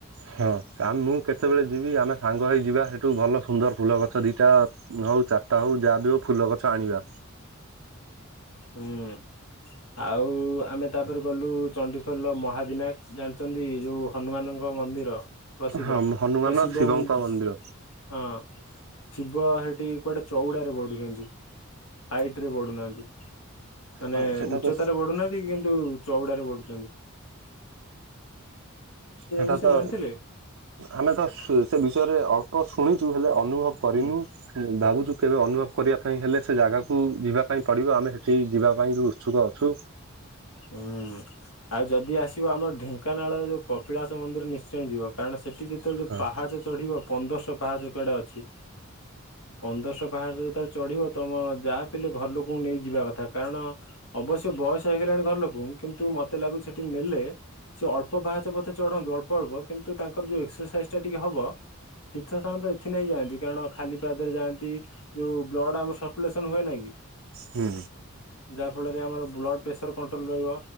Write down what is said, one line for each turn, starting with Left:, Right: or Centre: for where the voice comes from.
Right: ହଁ, ଆ ମୁଁ କେତେବେଳେ ଯିବି, ଆମେ ସାଙ୍ଗ ହେଇ ଯିବା, ସେଠୁ ଭଲ ସୁନ୍ଦର ଫୁଲ ଗଛ ଦିଟା ହଉ, ଚାରିଟା ହଉ, ଯାହା ବିି ହେଉ, ଫୁଲ ଗଛ ଆଣିବା।
Left: ହୁଁ, ଆଉ ଆମେ ତାପରେ ଗଲୁ ଚଣ୍ଡିଖୋଲ ମହାବିନାୟକ ଜାଣିଚନ୍ତି ଯୋଉ ହନୁମାନଙ୍କ ମନ୍ଦିର ପ୍ରସିଦ୍ଧ
Right: ହଁ ହନୁମାନ
Left: ଆଉ ଶିବ
Right: ଶିବଙ୍କ
Left: ମନ୍ଦି
Right: ମନ୍ଦିର।
Left: ହଁ, ଶିବ ହେଠି କୁଆଡେ ଚଉଡାରେ ବଢୁଛନ୍ତି? ହାଇଟ୍ ରେ ବଢୁନାହାନ୍ତି। ମାନେ
Right: ହଁ ସେଟା
Left: ଉଚ୍ଚତାରେ
Right: ତ
Left: ବଢୁନାହାନ୍ତି କିନ୍ତୁ ଚଉଡାରେ ବଢୁଚନ୍ତି।
Right: ସେଟା
Left: ବିଷୟରେ
Right: ତ,
Left: ଜାଣିଥିଲେ?
Right: ଆମେ ତ, ସେ ବିଷୟରେ ଅଳ୍ପ ଶୁଣିଚୁ, ହେଲେ ଅନୁଭବ କରିନୁ,
Left: ହୁଁ
Right: ଭାବୁଚୁ କେବେ ଅନୁଭବ କରିବା ପାଇଁ ହେଲେ ସେ ଜାଗାକୁ ଯିବା ପାଇଁ ପଡ଼ିବ, ଆମେ ସେଠିକା ଯିବା ପାଇଁ ବି ଉତ୍ସୁକ ଅଛୁ।
Left: ହୁଁ, ଆଉ ଯଦି ଆସିବ ଆମର ଢେଙ୍କାନାଳର ଯୋଉ କପିଳାସ ମନ୍ଦିର ନିଶ୍ ନିଶ୍ଚୟ ଯିବ, କାରଣ ସେଠି ଯେତେବେଳେ
Right: ହଁ
Left: ପାହାଚ ଚଢିବ ପନ୍ଦରଶହ ପାହାଚ କୁଆଡେ ଅଛି ପନ୍ଦରଶହ ପାହାଚ ଯେତେବେଳେ ଚଢିବ, ତମ ଯାହା ପିହେଲେ ଘରଲୋକକୁ ନେଇ ଯିବା କଥା, କାରଣ ଅବଶ୍ୟ ବୟସ ହେଇଗଲାଣି ଘର ଲୋକଙ୍କୁ କିନ୍ତୁ ମତେ ଲାଗୁଚି ସେଠିକି ନେଲେ ସେ ଅଳ୍ପ ପାହାଚ ପଛେ ଚଢନ୍ତୁ, ଅଳ୍ପ ଅଳ୍ପ କିନ୍ତୁ ତାଙ୍କର ଯୋଉ ଏକ୍ସରସାଇଜ୍ ଟା ଟିକେ ହବ ତୀର୍ଥସ୍ଥାନ ତ ଏଥି ନାଇଁ ଯାଆନ୍ତି, କାରଣ ଖାଲି ପାଦରେ ଯାଆନ୍ତି ଯୋଉ ବ୍ଲଡ୍ ଆମର ସରକୁଲେସନ୍ ହୁଏ ନାଇଁ କି
Right: ହୁଁ
Left: ଯାହା ଫଳରେ ଆମର ବ୍ଲଡ ପ୍ରେସର୍ କଣ୍ଟ୍ରୋଲ ରହିବ,